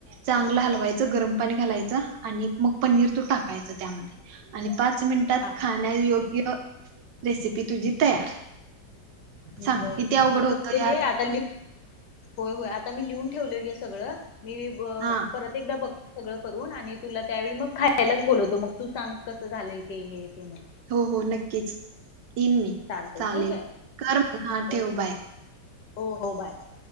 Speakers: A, on the right; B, on the left.
A: चांगलं हलवायचं, गरम पाणी घालायचं आणि मग पनीर तू टाकायचं त्यामध्ये आणि पाच मिनिटात
B: हा
A: खाण्या
B: हा
A: योग्य रेसिपी तुझी तयार
B: बर
A: सांग किती
B: बर
A: अवघड
B: मी
A: होतं
B: बघतो
A: ह्यात
B: गे आता लिह होय होय आता मी लिहून ठेवलोय गे सगळं मी
A: हा
B: परत एकदा बघ सगळं करून आणि तुला त्यावेळी मग खायलाच बोलवतो मग तू सांग कसं झालंय ते हे ते मला
A: हो हो नक्कीच येईन मी
B: चालतंय
A: चालेल
B: ठेवू काय?
A: कर मग हा ठेव
B: ओके
A: बाय
B: हो हो बाय बाय